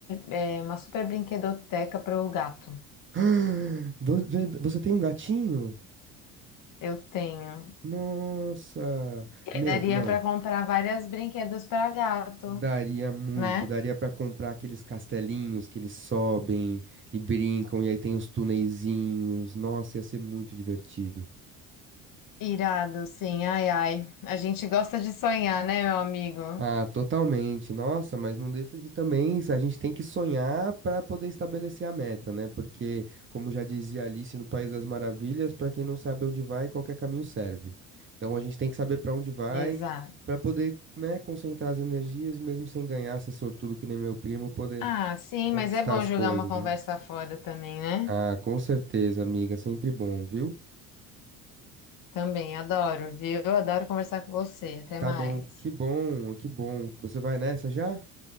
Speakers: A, on the left; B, on the right.
A: é, uma super brinquedoteca para o gato.
B: <gasps> Vo- ver- Você tem um gatinho?
A: Eu tenho.
B: Nossa! Meu,
A: Daria
B: não.
A: para comprar várias brinquedos para gato,
B: Daria muito,
A: né?
B: daria pra comprar aqueles castelinhos que eles sobem e brincam, e aí tem os tuneizinhos. Nossa, ia ser muito divertido.
A: Irado, sim, ai, ai. A gente gosta de sonhar, né, meu amigo?
B: Ah, totalmente. Nossa, mas não deixa de também, a gente tem que sonhar para poder estabelecer a meta, né? Porque, como já dizia Alice no País das Maravilhas, para quem não sabe onde vai, qualquer caminho serve. Então a gente tem que saber para onde vai
A: Exato.
B: para poder, né, concentrar as energias e mesmo sem ganhar, ser sortudo que nem meu primo, poder
A: Ah, sim,
B: conquistar
A: mas é bom
B: as
A: jogar
B: coisas,
A: uma conversa
B: né?
A: fora também, né?
B: Ah, com certeza, amiga, sempre bom, viu?
A: Também, adoro, viu? Adoro conversar com você. Até
B: Tá
A: mais.
B: bom, que bom, que bom. Você vai nessa já?